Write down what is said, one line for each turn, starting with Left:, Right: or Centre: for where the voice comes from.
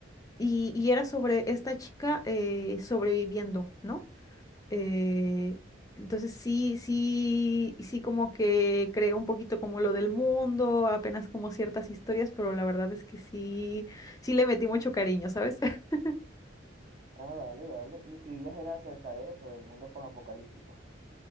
Left: y, y era sobre esta chica eh, sobreviviendo, ¿no? Eh, entonces sí, sí, sí como que creo un poquito como lo del mundo, apenas como ciertas historias, pero la verdad es que sí, sí le metí mucho cariño, ¿sabes? <laughs>
Right: Ah, vale, vale. Y escribías era acerca de eso, del mundo posapocalíptico.